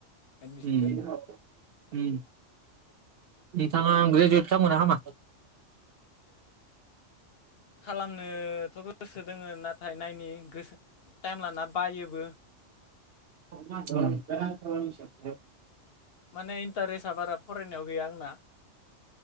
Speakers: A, on the left; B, on the right.
A: एडमिसनखौ
B: उम उम। बिथाङा ग्रेजुवेट खालामगोनना खामा?
A: खालामनोथ' गोसो दोङ ना थाय नायनि गोसो टाइम लाना बायोबो।
B: <unintelligible>
A: माने इन्टारेस्ट आ बारा फरायनायाव गैया आंना।